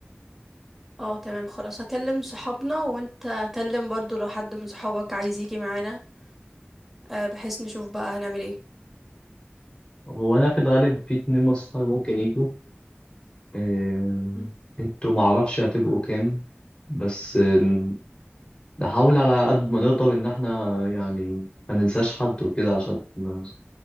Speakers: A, in the centre; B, on the left.
A: اه تمام خلاص هكلم صحابنا وانت كلم برضو لو حد من صحابك عايز يجي معانا آه، بحيث نشوف بقى هنعمل ايه
B: هو انا في الغالب في اتنين مصنع ممكن يجوا آه،
A: مم.
B: انتوا معرفش هتبقوا كام بس آه، نحاول على قد ما نقدر ان احنا يعني ما ننساش حد وكده عشان ما